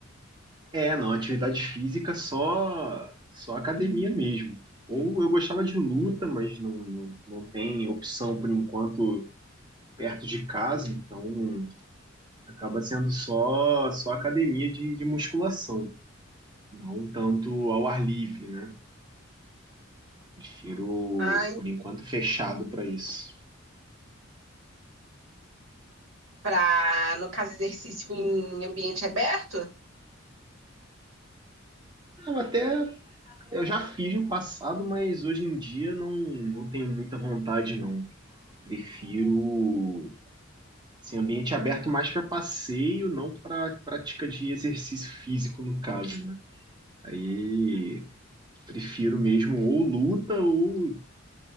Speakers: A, on the right; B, on the right.
A: é, não, atividade física só só academia mesmo. Ou eu gostava de luta, mas não, não, não tem opção por enquanto perto de casa, então acaba sendo só só academia de, de musculação, não tanto ao ar livre, né? Prefiro,
B: Ah, en-
A: por enquanto, fechado para isso.
B: pra, no caso, exercício em ambiente aberto?
A: Não, até eu já fiz no passado, mas hoje em dia não, não tenho muita vontade, não. Prefiro assim, ambiente aberto mais para passeio, não para prática de exercício físico, no caso, né? Aí prefiro mesmo ou luta ou,